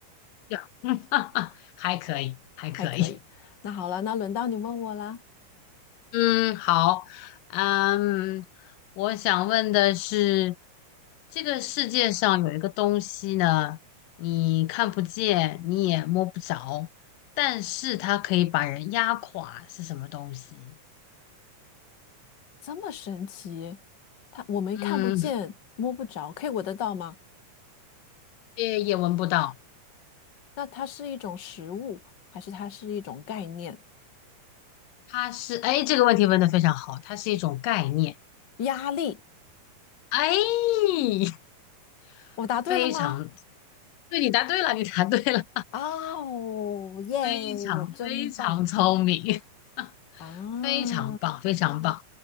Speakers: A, on the left (about 85°); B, on the left (about 40°).
A: <laughs> 呀，嗯，<laughs> 哈哈，还可以，还可以。
B: 还可以。那好了，那轮到你问我啦。
A: 嗯，好，嗯，我想问的是，这个世界上有一个东西呢，你看不见，你也摸不着，但是它可以把人压垮，是什么东西？
B: 这么神奇，它我们看不见，
A: 嗯，
B: 摸不着，可以闻得到吗？
A: 也也闻不到。
B: 那它是一种食物，还是它是一种概念？
A: 它是，哎，这个问题问得非常好，它是一种概念。
B: 压力，
A: 哎，<laughs>
B: 我答对了吗？
A: 非常对，你答对了，你答对了。
B: 啊哦，耶，
A: 非常非常聪明，
B: 我真棒
A: <laughs>
B: 啊！
A: 非常棒，非常棒。